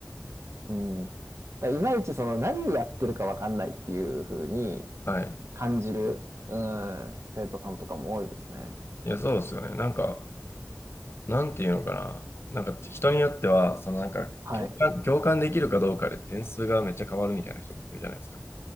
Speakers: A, on the right; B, on the left.
A: うん。だいまいちその何をやってるかわかんないっていう風に
B: はい。
A: 感じる、うん、生徒さんとかも多いですね。
B: いや、そうですよね。なんか、なんていうのかな。なんか人によっては、そのなんか共感、
A: はい。
B: 共感できるかどうかで点数がめっちゃ変わるみたいな人もいるじゃないですか。